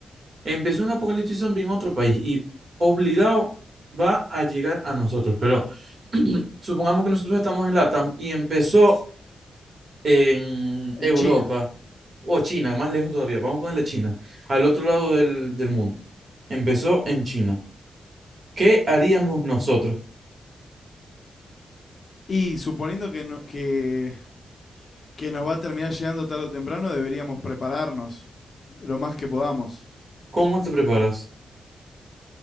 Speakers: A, on the right (about 40°); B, on the left (about 40°).
A: empezó un apocalipsis zombie en otro país y obligado va a llegar a nosotros, pero <clears throat> supongamos que nosotros estamos en LATAM y empezó. en
B: en
A: Europa
B: China.
A: o China, más lejos todavía, vamos a ponerle China, al otro lado del, del mundo. Empezó en China. ¿Qué haríamos nosotros?
B: Y suponiendo que, no- que, que nos va a terminar llegando tarde o temprano, deberíamos prepararnos lo más que podamos.
A: ¿Cómo te preparas?